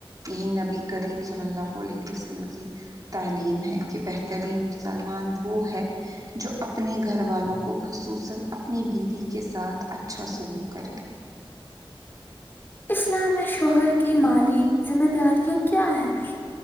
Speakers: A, on the right; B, on the left.
A: یہی نبی کریم صلی اللہ علیہ وسلم کی تعلیم ہے کہ بہترین مسلمان وہ ہے جو اپنے گھر والوں کو خصوصا اپنی بیوی کے ساتھ اچھا سلوک کرے
B: اسلام میں شوہر کی مالی ذمہ داریاں کیا ہیں